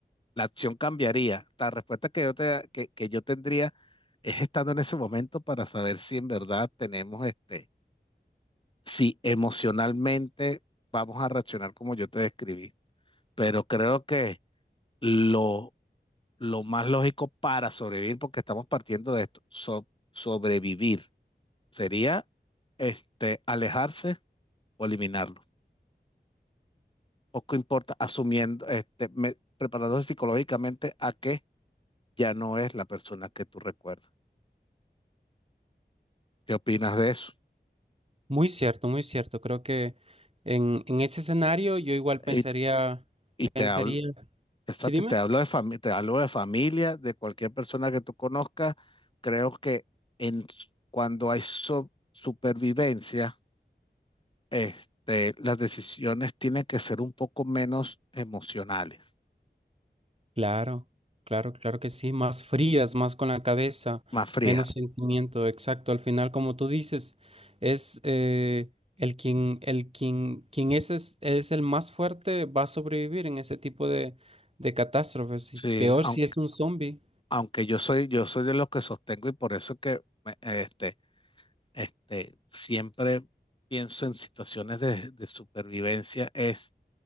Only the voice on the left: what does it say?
la acción cambiaría. La respuesta que yo te, que, que yo tendría es estando en ese momento para saber si en verdad tenemos este, si emocionalmente vamos a reaccionar como yo te describí. pero creo que lo, lo más lógico para sobrevivir, porque estamos partiendo de esto, so- sobrevivir sería este, alejarse o eliminarlo. Poco importa, asumiendo, este, me- preparándose psicológicamente a que ya no es la persona que tú recuerdas. ¿Qué opinas de eso?
Y, t- y te
hablo, exacto,
y te hablo de familia, te hablo de familia, de cualquier persona que tú conozcas. Creo que en, s- cuando hay so- supervivencia, este, las decisiones tienen que ser un poco menos emocionales,
más frías.
Sí,
aunque,
aunque yo soy, yo soy de los que sostengo y por eso es que me- este, este, siempre pienso en situaciones de, de supervivencia, es